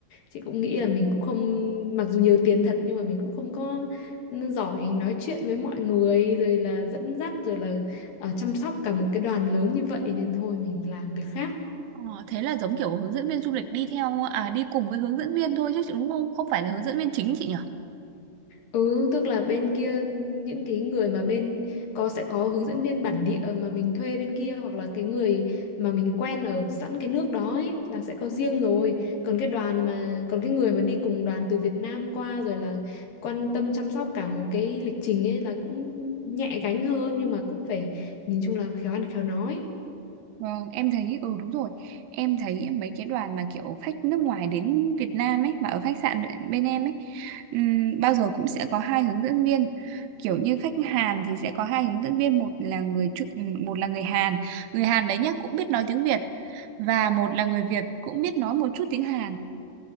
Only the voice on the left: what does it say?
chị cũng nghĩ là mình cũng không mặc dù nhiều tiền thật nhưng mà mình cũng không có giỏi nói chuyện với mọi người rồi là dẫn dắt rồi là ờ, chăm sóc cả một cái đoàn lớn như vậy nên thôi mình làm việc khác
Ừ, tức là bên kia những cái người mà bên có sẽ có hướng dẫn viên bản địa mà mình thuê bên kia hoặc là cái người mà mình quen ở sẵn cái nước đó ấy, là sẽ có riêng rồi. Còn cái đoàn mà còn cái người mà đi cùng đoàn từ Việt Nam qua rồi là quan tâm chăm sóc cả một cái lịch trình ấy là cũng nhẹ gánh hơn nhưng mà cũng phải nhìn chung là khéo ăn khéo nói.